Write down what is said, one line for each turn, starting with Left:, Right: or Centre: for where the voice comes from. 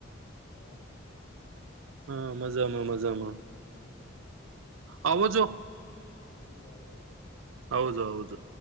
Left: હ.
Right: હા મજામાં મજામાં આવો જો.
Left: ઠીક અજ
Right: હવજ